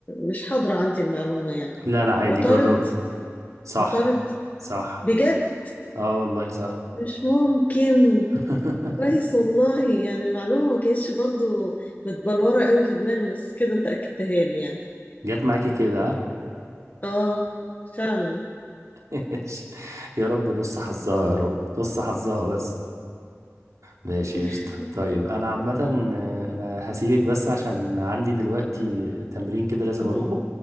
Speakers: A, on the left; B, on the right.
A: مش حاضرة عندي المعلومة يعني
B: لا لا عادي
A: عطارد
B: جربي صح
A: عطارد
B: صح
A: بجد
B: اه والله صح
A: مش ممكن
B: <laughs>
A: كويس والله يعني المعلومة ما كانتش برضو متبلورة قوي في دماغي بس كده أنت أكدتها لي يعني
B: جت معاكي كده
A: آه فعلا
B: ماشي يا رب نص حظها يا رب نص حظها بس ماشي
A: <laughs>
B: قشطة طيب أنا عامة آه، أنا هسيبك بس عشان عندي دلوقتي تمرين كده لازم
A: آه
B: أروحه